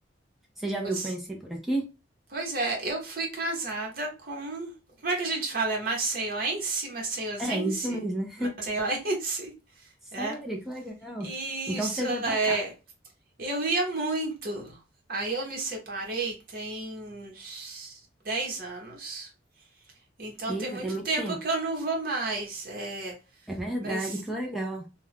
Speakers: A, in the centre; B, on the right (about 50°).
A: Você já veio
B: Você-
A: conhecer por aqui?
B: Pois é, eu fui casada com. Como é que a gente fala? É maceioense? Maceiosense?
A: É, isso mesmo, né?
B: Maceioense? <laughs>
A: Sério,
B: É.
A: que legal.
B: Isso
A: Então você
B: é.
A: vinha pra cá.
B: Eu ia muito. Aí eu me separei tem uns 10 anos. Então
A: Eita,
B: tem muito
A: tem muito
B: tempo
A: tempo.
B: que eu não vou mais. É,
A: É verdade,
B: mas
A: que legal.